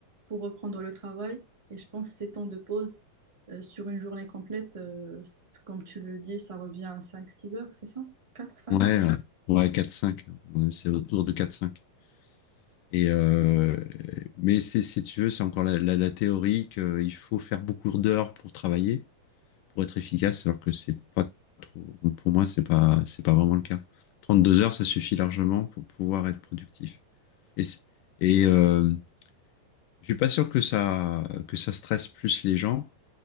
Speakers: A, on the right; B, on the left.
A: pour reprendre le travail. Et je pense que ces temps de pause euh, sur une journée complète, euh, c- comme tu le dis, ça revient à cinq, six heures, c'est ça? Quatre, cinq
B: Ouais, euh, ouais, 4-5. Ouais, quatre cinq. À mon avis, C'est autour de quatre cinq. Et euh, mais c'est, si tu veux, c'est encore la, la, la théorie qu'il faut faire beaucoup d'heures pour travailler, pour être efficace, alors que c'est pas trop. Pour moi, c'est pas, c'est pas vraiment le cas. 32 heures, ça suffit largement pour pouvoir être productif. Et, c'est- et euh, je suis pas sûr que ça, que ça stresse plus les gens.